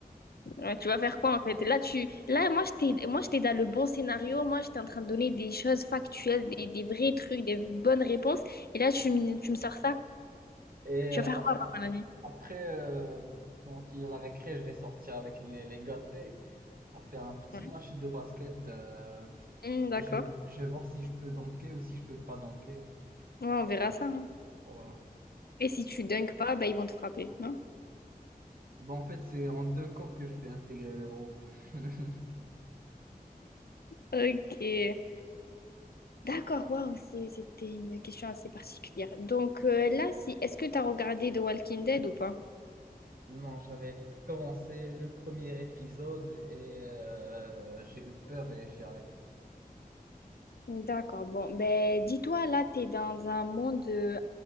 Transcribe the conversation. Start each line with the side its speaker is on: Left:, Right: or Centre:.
Left: Ouais, tu vas faire quoi, en fait? Là, tu... là moi, j'étais moi, j'étais dans le bon scénario. Moi, j'étais en train de donner des choses factuelles, des, des vrais trucs, des bonnes réponses. Et là, tu me, tu me sors ça.
Right: Et
Left: Tu
Right: euh,
Left: vas faire
Right: ap-
Left: quoi pendant la nuit?
Right: après, euh, quand il y a la récré, je vais sortir avec les, les gâtés. On va faire un petit
Left: Ouais.
Right: match de basket. euh,
Left: Hmm, d'accord.
Right: et je, je vais voir si je peux dunker ou si je peux pas dunker.
Left: Ouais, on
Right: Voilà.
Left: verra ça. hein.
Right: Voilà.
Left: Et si tu dunks pas, bah, ils vont te frapper, non?
Right: Bon, en fait, c'est en deux camps que je vais intégrer le groupe. <laughs>
Left: Ok. D'accord, waouh, c'est- c'était une question assez particulière. Donc euh, là, si, est-ce que tu as regardé The Walking Dead ou pas?
Right: Non, j'avais commencé le premier épisode et euh, j'ai eu peur et j'ai arrêté.
Left: D'accord, bon, ben dis-toi, là, t'es dans un monde euh,